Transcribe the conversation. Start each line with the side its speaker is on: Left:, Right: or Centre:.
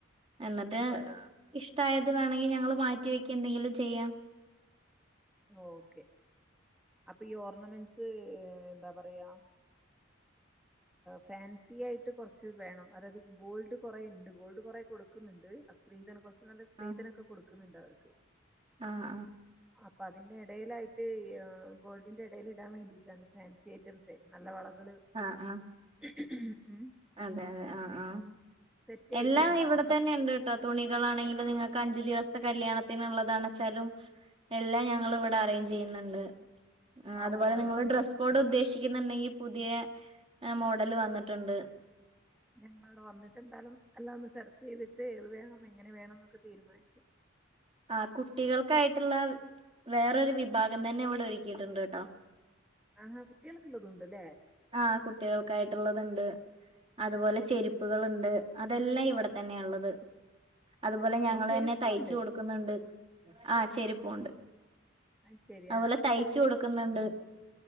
Right: എന്നിട്ട്
Centre: ആയിക്കോട്ടെ
Right: ഇഷ്ടായത് വേണമെങ്കിൽ ഞങ്ങൾ മാറ്റിവെക്കുക. എന്തെങ്കിലും ചെയ്യാം.
Centre: ഓക്കെ. അപ്പോ ഈ ഓർണമെന്റ്സ്. എന്താ പറയാ
Right: <inaudible>
Centre: ഫാൻസി ആയിട്ട് കുറച്ച് വേണം. അതായത്, ഗോൾഡ് കുറെ ഉണ്ട്. ഗോൾഡ് കുറെ കൊടുക്കുന്നുണ്ട്. ഹസ് സ്ത്രീധനം കുറച്ച് നല്ല സ്ത്രീധനൊക്കെ,
Right: ആഹ്
Centre: കൊടുക്കുന്നുണ്ട്. അവർക്ക്
Right: ആഹ്
Centre: അപ്പ അതിന്റെ ഇടെലായിറ്റ് യ് ഗോൾഡിന്റെ എടെല് ഇടാൻ വേണ്ടിയിട്ട ണ്. ഫാൻസി ഐറ്റംസെ, നല്ല വളകള്
Right: ആ, ആ.
Centre: ഉം <unintelligible>
Right: അതെ, അതെ, ആ ആ.
Centre: സെറ്റ് ആയിട്ടുള്ള
Right: എല്ലാം
Centre: ഉണ്ടാവല്ലോ
Right: ഇവിട തന്നെണ്ട്ട്ടോ.
Centre: കമ്മല്
Right: തുണികളാണെങ്കിലും, നിങ്ങൾക്ക് അഞ്ചു ദിവസത്തെ കല്യാണത്തിനുള്ളതാണച്ചാലും. എല്ലാം, ഞങ്ങളിവിടെ അറേഞ്ച് ചെയ്യുന്നുണ്ട്. ആ, അതുപോലെ
Centre: ഓ ആയിക്കോട്ടെ
Right: നിങ്ങൾ ഡ്രസ്സ് കോഡ് ഉദ്ദേശിക്കുന്നുണ്ടെങ്കി, പുതിയ മോഡല് വന്നിട്ടുണ്ട്.
Centre: ഞങ്ങളവടെ വന്നിട്ട് ന്തായാലും എല്ലാം ഒന്ന് സെർച്ച് ചെയ്തിട്ട്, ഏത് വേണം എങ്ങനെ വേണന്നൊക്കെ തീരുമാനി <inaudible>
Right: ആഹ് കുട്ടികൾക്കായിട്ടുള്ള വേറൊരു വിഭാഗം തന്നെ ഇവിടെ ഒരുക്കീട്ടുണ്ട് കെട്ടോ.
Centre: ആഹാ കുട്ടികൾക്കുള്ളതുണ്ട് ഇല്ലേ.
Right: ആഹ് കുട്ടികൾക്കായിട്ടുള്ളത് ഇണ്ട് അതുപോലെ ചെരുപ്പുകള്
Centre: ആ ആ
Right: ഇണ്ട്. അതെല്ലാം ഇവിടെ തന്നെയാ ഉള്ളത് അതുപോലെ ഞങ്ങള്
Centre: ഓ ചെരുപ്പുണ്ട്
Right: തന്നെയാ തയ്ച്ചു കൊടുക്ക് ക്കുന്നുണ്ട് ആഹ് ചെരിപ്പും ഒണ്ട്
Centre: അത് ശരി
Right: അതെ
Centre: ആ
Right: പോലെ തയ്ച്ച് കൊടുക്കുന്നുണ്ട്.